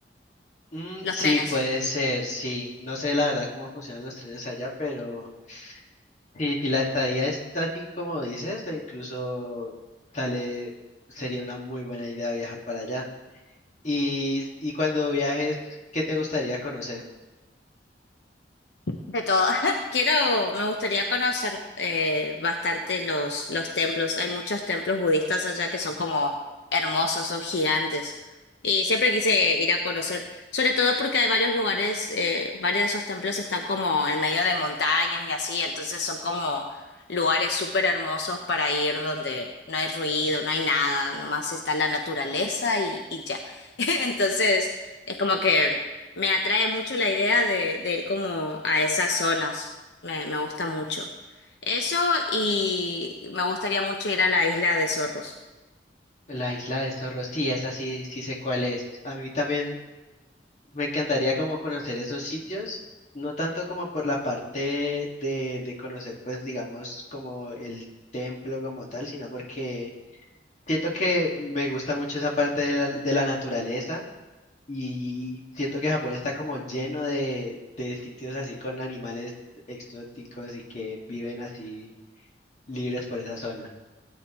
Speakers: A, on the left; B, on the left.
A: Mm,
B: los
A: sí,
B: trenes.
A: puede ser, sí. No sé la verdad cómo funcionan los trenes allá, pero sí, si la estadía es así como dices, o incluso sale, sería una muy buena idea viajar para allá. Y, y cuando viajes, ¿qué te gustaría conocer?
B: De todo. <laughs> Quiero, me gustaría conocer eh, bastante los, los templos. Hay muchos templos budistas allá que son como hermosos, son gigantes. Y siempre quise ir a conocer, sobre todo porque hay varios lugares, eh, varios de esos templos están como en medio de montañas y así, entonces son como lugares súper hermosos para ir donde no hay ruido, no hay nada, nomás está la naturaleza y, y ya. <laughs> Entonces, es como que... Me atrae mucho la idea de, de ir como a esas zonas. Me, me gusta mucho. Eso y me gustaría mucho ir a la isla de Zorros.
A: La isla de Zorro, sí, esa sí, sí sé cuál es. A mí también Me encantaría como conocer esos sitios, no tanto como por la parte de, de conocer, pues digamos, como el templo como tal, sino porque siento que me gusta mucho esa parte de la, de la naturaleza y siento que Japón está como lleno de, de sitios así con animales exóticos y que viven así libres por esa zona.